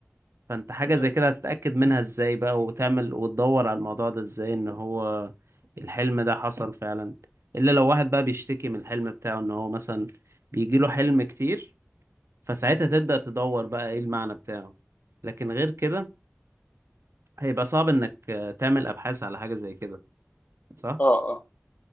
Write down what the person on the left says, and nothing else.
مم.
اه اه